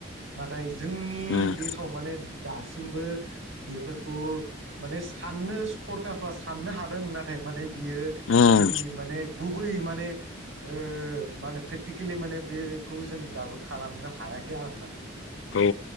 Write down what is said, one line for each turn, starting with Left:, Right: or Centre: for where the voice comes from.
Right: नाथाय जोंनि
Left: उम
Right: देसाव माने दासिमबो बेफोरखौ माने साननो सुखरखा <unintelligible> साननो हादों नाथाय माने बियो
Left: उम
Right: जोंनि माने गुबै माने ओ मा होनो प्रेक्टिकेलि माने बेखौ जों दाबो खालामनो हायाखै आरो ना
Left: औ